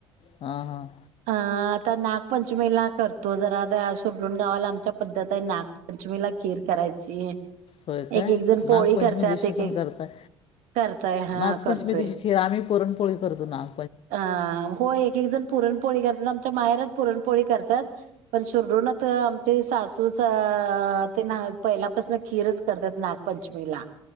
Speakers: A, on the left; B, on the right.
A: हा, हा
B: अ आता नागपंचमी ला करतो जरा शिरढोण गावाला आमच्या पद्धत आहे नागपंचमीला नागपंचमी ला खीर करायची
A: होय काय
B: एक एक जण पोळी
A: नागपंचमी
B: करतात
A: दिवशी
B: एक
A: पण
B: एक
A: करताय
B: करताय हा
A: नागपंचमी
B: करतोय
A: दिवशी खीर आम्ही पुोरण-पोळी करतो नाग
B: अ हो एक, एक जण पुरणपोळी करतात आमच्या माहेरच पुरणपोळी करत्यात पण शिरढोणनात आमचे सासू स अ ते ना पहिल्यापासून खीरच करतात नागपंचमीला